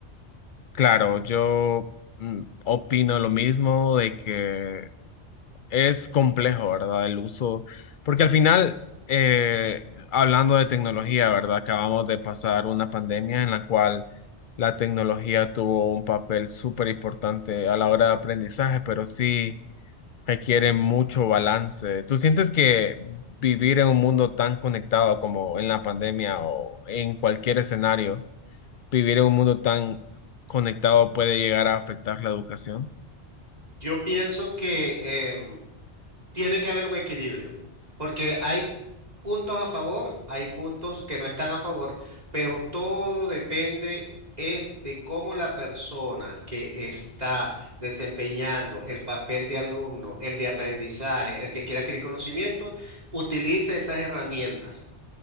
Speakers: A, on the left; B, on the right.
A: Claro, yo mm, opino lo mismo de que Es complejo, ¿verdad? El uso, porque al final, eh, hablando de tecnología, ¿verdad? Acabamos de pasar una pandemia en la cual la tecnología tuvo un papel súper importante a la hora de aprendizaje, pero sí requiere mucho balance. ¿Tú sientes que vivir en un mundo tan conectado como en la pandemia o en cualquier escenario, vivir en un mundo tan conectado puede llegar a afectar la educación?
B: Yo pienso que... em, Tiene que haber un equilibrio, porque hay puntos a favor, hay puntos que no están a favor, pero todo depende es de cómo la persona que está desempeñando el papel de alumno, el de aprendizaje, el que quiera adquirir conocimiento, utilice esas herramientas.